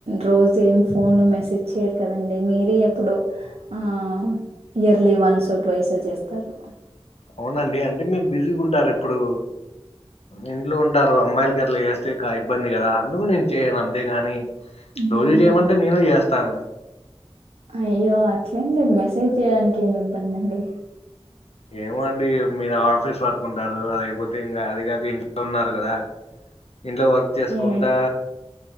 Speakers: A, on the right; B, on the left.
A: రోజు ఏం ఫోను మెసేజ్ చెయరు కదండి మీరే ఎప్పుడు ఆ ఇయర్లీ వన్సో ట్వైస్ చేస్తారు
B: అవునండి అంటే మీరు బిజీగుంటారు ఎప్పుడూ ఇంట్లో ఉంటారు అమ్మాయిలకి అట్లా చేస్తే ఇక ఇబ్బంది కదా అందుకు నేను చేయను అంతేగాని రోజు
A: మ్మ్
B: చేయమంటే నేను చేస్తాను
A: అయ్యో అట్లేం లేదు మెసేజ్ చేయడానికి ఏమి ఇబ్బంది అండి
B: ఏమండి మీరు ఆఫీస్ వర్క్ ఉంటారు అయిపోతే ఇంకా అది కాక ఇం ఉన్నారు కదా ఇంట్లో వర్క్ చేసుకుంటా
A: ఏ